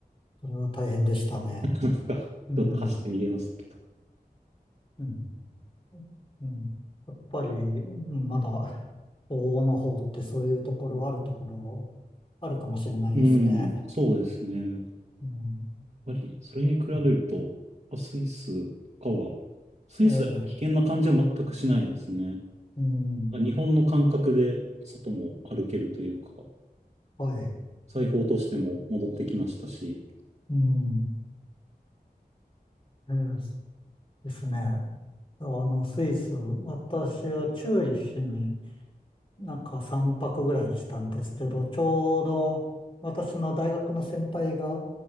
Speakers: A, on the left; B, on the right.
A: それは大変でしたね。
B: なんか、
A: うん、
B: ちょっと走って逃げますけど。
A: うん、うん。やっぱり、うんまだ、法の方ってそういうところあるところ、あるかもしれないですね。
B: うん。ん、そうですね。やっ
A: うん、
B: ぱり、それに比べると、
A: うん
B: あスイスとかは、スイスはやっぱ危険な感じは全くしないですね。
A: ええ、うん、
B: あ日本の感覚で外も歩けるというか、
A: はい。
B: 財布落としても戻ってきましたし。
A: うん、ええ、ですね。あの、スイス、私はチューリッヒに、なんか3泊ぐらいしたんですけど、ちょうど私の大学の先輩が、